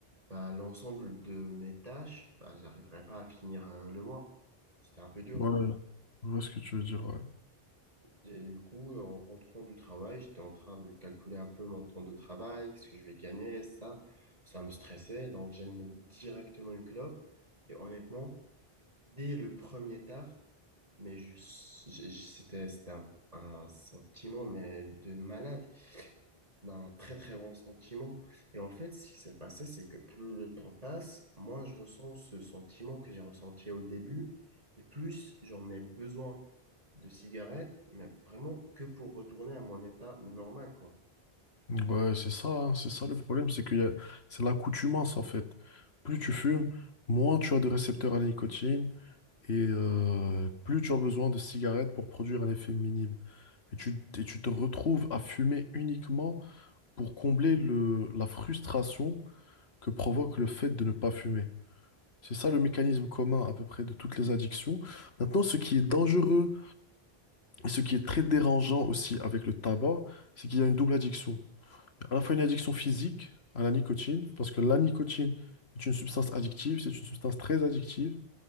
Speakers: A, on the right; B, on the left.
A: bah, l'ensemble de mes tâches, bah, j'arriverai pas à finir euh, le mois. C'était un peu dur.
B: ouais, je vois ce que tu veux dire, ouais.
A: Et du coup, en rentrant du travail, j'étais en train de calculer un peu mon temps de travail, qu'est-ce que je vais gagner, ça. Ça me stressait, donc j'allumais directement une clope. Et honnêtement, dès le premier taf, mais je- je- je- c'était, c'était un, un sentiment mais de malade d'un très très bon sentiment. Et en fait, ce qui s'est passé, c'est que plus le temps passe, moins je ressens ce sentiment que j'ai ressenti au début, et plus j'en ai besoin de cigarettes, mais vraiment que pour retourner à mon état normal, quoi.
B: Ouais, c'est ça, hein, c'est ça le problème, c'est qu'il y a, c'est l'accoutumance en fait. Plus tu fumes, moins tu as de récepteurs à la nicotine, et euh, plus tu as besoin de cigarettes pour produire un effet minime. Et tu, et tu te retrouves à fumer uniquement pour combler le, la frustration que provoque le fait de ne pas fumer. C'est ça le mécanisme commun à peu près de toutes les addictions. Maintenant, ce qui est dangereux et ce qui est très dérangeant aussi avec le tabac, c'est qu'il y a une double addiction. À la fois une addiction physique à la nicotine, parce que la nicotine est une substance addictive, c'est une substance très addictive,